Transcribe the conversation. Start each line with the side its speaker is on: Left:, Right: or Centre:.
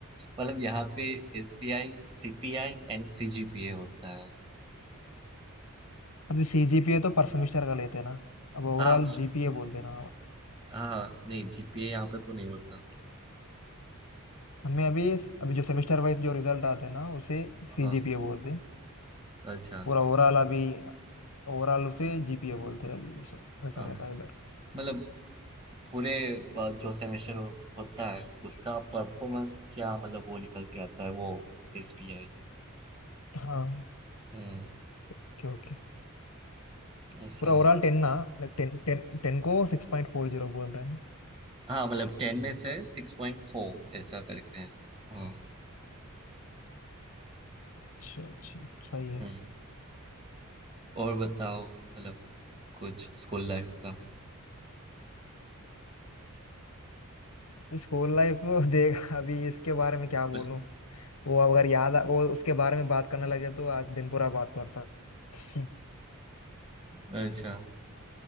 Right: मतलब यहाँ पे S P I C P I and C G P A होता है
Left: अभी सी जीपीए तो पर सेमेस्टर का लेते हैं ना अब ओवरऑल
Right: हाँ मतलब
Left: जीपीए बोलते हैं ना
Right: हाँ हाँ, नहीं जी पी ए यहाँ पे तो नहीं होता
Left: हमें अभी अभी जो सेमेस्टर वाइज जो रिजल्ट आते हैं ना उसे
Right: हाँ
Left: सी
Right: हाँ,
Left: जीपीए बोलते हैं
Right: अच्छा
Left: पूरा ओवरऑल अभी ओवरऑल उसे जीपीए बोलते हैं अभी वैसा वैसा
Right: हाँ
Left: रहता
Right: हाँ,
Left: है इधर
Right: मतलब पूरे अ, जो सेमेस्टर हो, होता है उसका परफॉर्मेंस क्या मतलब वो निकल के आता है वो एसबीआई
Left: हाँ
Right: हम्म
Left: ओके ओके
Right: ऐसा
Left: पूरा ओवरऑल
Right: है
Left: टेन ना टेन टेन टेन को सिक्स पॉइंट फोर जीरो बोल रहे हैं
Right: हाँ मतलब टेन में से सिक्स पॉइंट फोर ऐसा करके है हाँ
Left: अच्छा अच्छा सही है
Right: हम्म और बताओ मतलब कुछ स्कूल लाइफ का
Left: School life <laughs> देख अभी इसके बारे में क्या बोलूं
Right: मतलब-
Left: वो अगर याद आ- वो उसके बारे में बात करने लगे तो आज दिन पूरा बात कर सकते हैं।
Right: अच्छा